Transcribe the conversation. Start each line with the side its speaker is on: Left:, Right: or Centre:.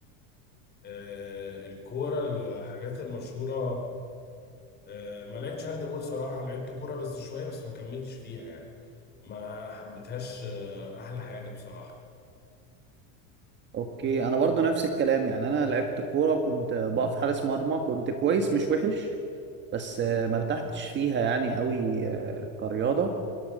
Left: آه، الكوره الحاجات المشهوره آه، ما لعبتش هاند بول صراحة لعبت كورة بس شوية بس ما كملتش فيها يعني ما حبيتهاش آه، أحلى حاجة بصراحة
Right: اوكي انا برضو نفس الكلام يعني انا لعبت كوره وكنت بقف حارس مرمى كنت كويس مش وحش بس آه، ما ارتحتش فيها يعني قوي آه، كرياضه